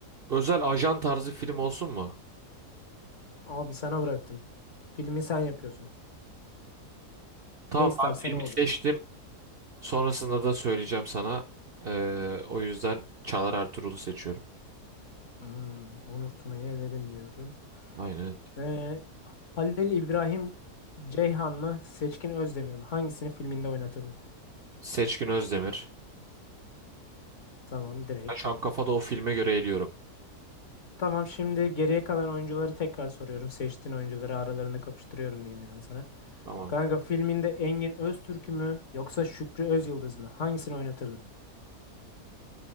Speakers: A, on the right; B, on the left.
A: özel ajan tarzı film olsun mu?
B: Abi sana bıraktım. Filmi sen yapıyorsun.
A: Tamam
B: Ne istersen
A: ben filmi
B: o olur.
A: seçtim. Sonrasında da söyleyeceğim sana. Ee, o yüzden Çağlar Ertuğrul'u seçiyorum.
B: Hmm, Onur Tuna'yı eledin diyorum.
A: Aynen.
B: Ee, Halil İbrahim Ceyhan mı? Seçkin Özdemir mi? Hangisini filminde oynatırdın?
A: Seçkin Özdemir.
B: Tamam direkt.
A: Ben şu an kafada o filme göre eliyorum.
B: Tamam şimdi geriye kalan oyuncuları tekrar soruyorum. Seçtiğin oyuncuları aralarında kapıştırıyorum diyeyim yani sana.
A: Tamam.
B: Kanka filminde Engin Öztürk mü yoksa Şükrü Özyıldız mı? Hangisini oynatırdın?